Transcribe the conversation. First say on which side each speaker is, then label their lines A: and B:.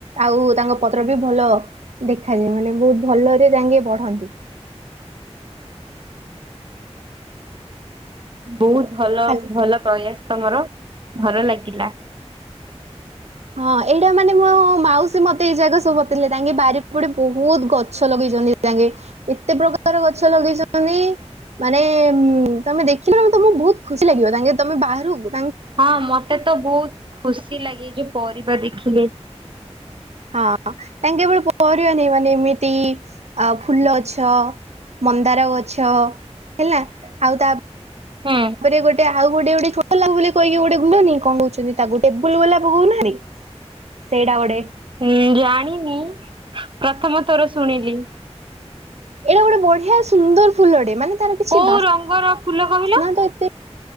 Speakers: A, on the right; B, on the right.
A: ଆଉ ତା ପତ୍ର ବି ଭଲ ଦେଖାାଯାଏ ମାନେ ବହୁତ ଭଲରେ ରେ ଯେ ବଢନ୍ତି।
B: ବହୁତ ଭଲ
A: ହାଲ
B: ଭଲ ପ୍ରୟାସ ତମର, ଭଲ ଲାଗିଲା।
A: ହଁ ଏଇଟା ମାନେ ମୋ ମାଉସୀ ମତେ ଏଇ ଜାଗା ସବୁ ବତେଇଲେ। ତାଙ୍କେ ବାରି ପଡେ ବହୁତ ଗଛ ଲଗେଇ ଛନ୍ତି। ସାଙ୍ଗେ ଏତେ ପ୍ରକାର ଗଛ ଲଗେଇଛନ୍ତି ମାନେ ଉ ତମେ ଦେଖିଲ ତମକୁ ବହୁତ ଖୁସି ଲାଗିବ ତାଙ୍କେ ତମେ ବାହାରୁକୁ
B: ହଁ ମତେ ତ ବହୁତ ଖୁସି ଲାଗେ ଯେ ପରିବା ଦେଖିଲେ।
A: ହଁ ତାଙ୍କେ କେବଳ ପରିବାନି ଏମିତି ଆ ଫୁଲ ଗଛ ମନ୍ଦାର ଗଛ, ହେଲା ଆଉ ତା
B: ହୁଁ
A: ମେ ଗୋଟେ ଆଉ ଗୋଟେ ଗୋଟେ ଛୋଟଲା ବୋଲି କହିକି ଗୋଟେ ଗୁ କଣ କହୁଛନ୍ତି ତାକୁ ଟେବୁଲ ଗୋଲପ କୋହୁନହନ୍ତି। ସେଇଡ଼ା ଗୋଟେ।
B: ହୁଁ ଜାଣିନି ପ୍ରଥମ ଥର ଶୁଣିଲି।
A: ଏଇଟା ଗୋଟେ ବଢିଆ ସୁନ୍ଦର ଫୁଲ ଟେ ମାନେ ତାର କିଛି
B: ହଉ
A: ବାସ
B: ରଙ୍ଗର ଫୁଲ କହିଲ?
A: ନା ତ ଏତେ